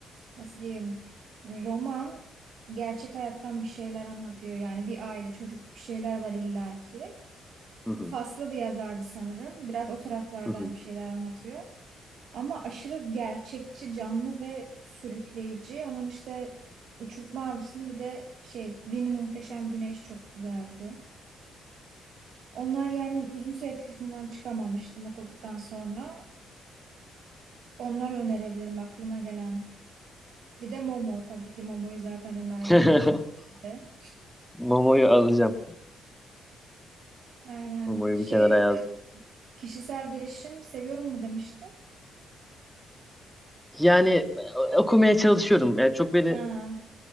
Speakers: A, on the right (about 65°); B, in the centre.
A: nasıl diyeyim roman gerçek hayattan bir şeyler anlatıyor. Yani bir aile çocuk bir şeyler var illaki.
B: Hı hı.
A: Faslı bir yazardı sanırım. Biraz o taraflardan
B: Hı hı.
A: bir şeyler anlatıyor. Ama aşırı gerçekçi, canlı ve sürükleyici. Onun işte Uçurtma Avcısı'nı bir de şey, Bir Muhteşem Güneş çok güzeldi. Onlar yani uzun süre etkisinden çıkamamıştım okuduktan sonra. Onları önerebilirim aklıma gelen. Bir de Momo tabii ki Momo'yu zaten önerdim.
B: <laughs>
A: O da çok iyiydi.
B: Momo'yu alacağım.
A: Aynen.
B: Momo'yu
A: Şey,
B: bir kenara yazdım.
A: e, kişisel gelişim seviyorum mu demişti?
B: Yani e, okumaya çalışıyorum. Yani çok beni
A: Ha,